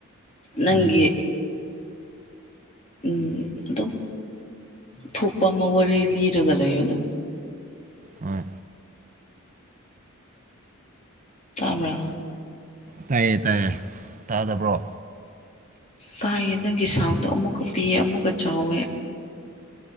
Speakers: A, on the left (about 30°); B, on the right (about 35°).
A: ꯅꯪꯒꯤ
B: ꯎꯝ
A: ꯎꯝ ꯑꯗꯨꯝ ꯊꯣꯛꯄ ꯑꯃ ꯋꯥꯔꯤ ꯂꯤꯔꯒ ꯂꯩ ꯑꯗꯨꯝ
B: ꯍꯣꯏ
A: ꯇꯥꯕ꯭ꯔ
B: ꯇꯥꯏꯌꯦ ꯇꯥꯏꯌꯦ ꯇꯥꯗꯕ꯭ꯔꯣ
A: ꯇꯥꯏꯉꯦ ꯅꯪꯒꯤ ꯁꯥꯡꯗꯣ ꯑꯃꯨꯛꯀ ꯄꯤꯑꯦ ꯑꯃꯨꯛꯀ ꯆꯥꯎꯋꯦ